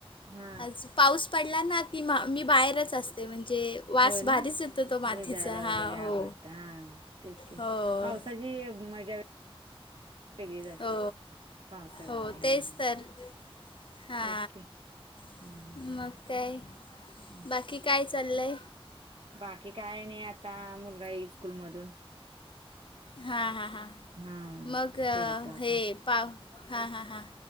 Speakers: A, on the right; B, on the left.
A: हा
B: आज पाऊस पडला ना की मा मी बाहेरच असते म्हणजे वास
A: होय
B: भारीच
A: ना
B: येतो तो मातीचा
A: भिजायला
B: हा
A: वगैरे
B: <inaudible>
A: आवडतं
B: हो
A: हा तेच की
B: हो.
A: पावसाची मजा वेगळीच असते
B: हो,
A: पावसाळ्यामध्ये
B: हो
A: हा
B: तेच तर हा
A: तेच की हम्म
B: <inaudible>
A: हम्म
B: मग काय <inaudible>
A: हम्म,
B: बाकी काय चाललंय.
A: हम्म. बाकी काय नाही आता मुलगा येई स्कूल मधून.
B: हा हा हा
A: हा
B: <inaudible> मग
A: ते येतो आता.
B: हे. पाव हां हां हां